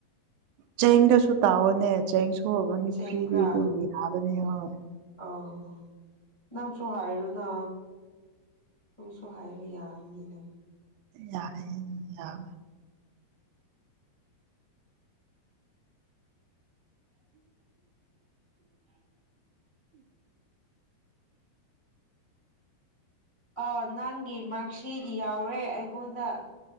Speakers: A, on the right; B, on the left.
A: ꯆꯦꯡꯗ ꯁꯨ ꯇꯥꯥꯎꯔꯥꯅꯦ ꯆꯦꯡꯁꯨ ꯒꯅꯤ
B: ꯁꯦꯡꯕ꯭ꯔꯥ
A: ꯐ꯭ꯔꯤꯗꯤ ꯗꯨꯝ ꯌꯥꯕꯥ <unintelligible>
B: ꯑꯥꯥ ꯅꯪꯁꯨ ꯍꯥꯏꯔꯨꯅ ꯅꯪꯁꯨ ꯍꯥꯏꯕ ꯌꯥꯔꯅꯤꯅ
A: ꯌꯥꯏ <unintelligible>
B: ꯑꯥ ꯅꯪꯒꯤ ꯃꯥꯔꯛꯁꯤꯗ ꯌꯥꯎꯔꯦ ꯑꯩꯉꯣꯟꯗ꯫